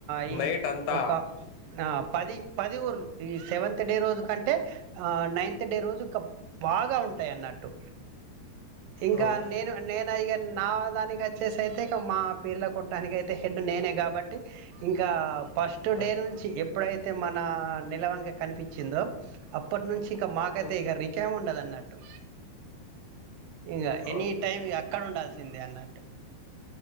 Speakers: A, on the right (about 70°); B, on the left (about 80°).
A: యి
B: నైట్ అంతా
A: ఒక అ పది పది ఊర్లు ఈ సెవంత్ డే రోజు కన్ అంటే ఆ నైన్త్ డే రోజు ఇంక బాగా ఉంటాయ్ అన్నట్టు ఇంకా
B: అవునండి
A: నేను నేను ఇగ నా దానికి వచ్చేసయితే ఇక మా పీర్ల కొట్టానికి అయితే హెడ్ నేనే కాబట్టి ఇంక ఫస్ట్
B: ఆ
A: డే నుంచి ఎప్పుడైతే మన నెలవంక కనిపిచ్చిందో అప్పటి నుంచి ఇ మాకైతె
B: ఆ!
A: ఇగ రికేం ఉండదన్నట్టు ఇంగ
B: అవునండి
A: ఎనీ టైమ్ అక్కడ ఉండాల్సిందే అన్నట్టు